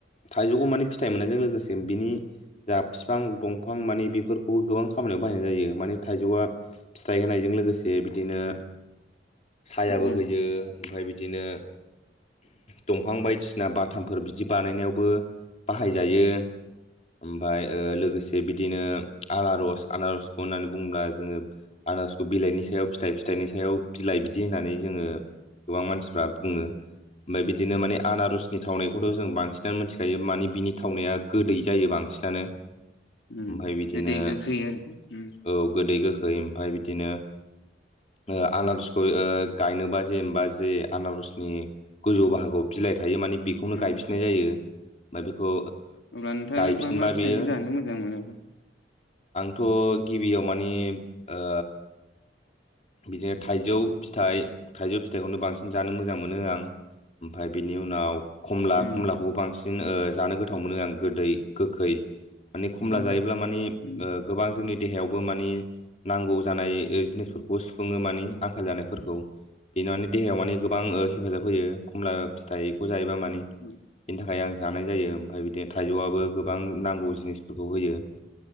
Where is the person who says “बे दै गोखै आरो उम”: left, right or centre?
Left